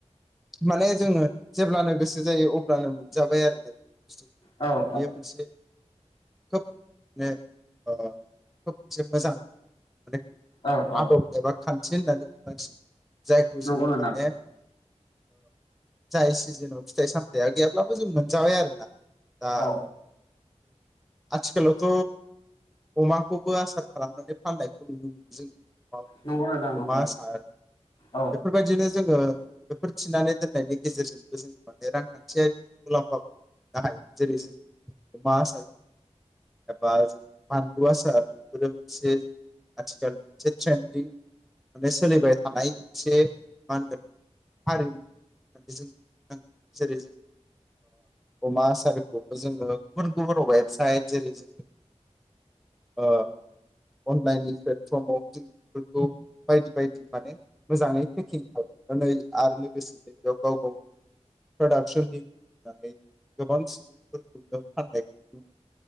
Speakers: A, in the centre; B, on the left.
A: माने जोङो जेब्लानो गोसो जायो अब्लानो मोनजाबाय आरोना बुस्थुखौ
B: औ औ
A: बेयो मोनसे खोब माने खोब मोनसे मोजां माने
B: औ औ
A: आदब एबा खान्थि होननानै बुंनांसिगोन जायखौ
B: नंगौ
A: जोङो
B: नोंथां
A: माने जाय सिजेनाव फिथाइ सामथायाइया गैयाब्लाबो जों मोनजाबाय आरोना दा
B: औ
A: आजखालथ अमाखौबो आसार खालामनानै फाननायखौ नुनो मोनो जोङो
B: नंगौ नोंथां नंगौ
A: अमा आसार
B: औ
A: बेफोरबायदिनो जोङो बेफोर थिनानै दोननायनि गेजेरजोंबो जों माने रांखान्थियारि मुलाम्फा <unintelligible> जेरै जों अमा आसार एबा जों बानलु आसार बेफोरो मोनसे आथिखाल मोनसे ट्रेन्दिं माने सोलिबाय थानाय मोनसे मा होनगोन हारिमु होननानै जों बुंनांगोन जेरै जों अमा आसारखौबो जोङो गुबुन गुबुनाव वेबसाइट जेरै जोङो ओ अनलाइननि प्लेटफर्माआव जों बेफोरखौ बायदि बायदि माने मोजाङै पेकिं खालामै आरो लोगोसेनो बेयाव गाव गावनि प्रडाक्सननि मुं होनानै गोबां सुबुंफोरखौनो फाननायखौ